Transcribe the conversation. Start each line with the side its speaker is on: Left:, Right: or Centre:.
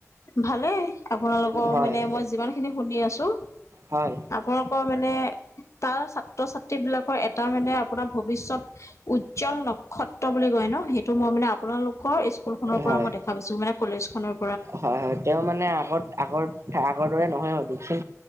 Left: ভালে। আপোনালোকৰ
Right: হয়
Left: মানে মই যিমান খিনি শুনি আছো।
Right: হয়।
Left: আপোনালোকৰ মানে তাৰ ছাত্ৰ ছাত্ৰী বিলাকৰ এটা মানে আপোনাৰ ভৱিষত। উজ্জ্বল নক্ষত্ৰ বুলি কয় ন সেইটো মই মানে আপোনালোকৰ স্কু স্কুলখনৰ
Right: হয়
Left: পৰা মই দেখা পাইছো মানে কলেজখনৰ
Right: হয়, হয় তেওঁ মানে আগত আগৰ আগৰ দৰে নহয় আও দিয়কচোন।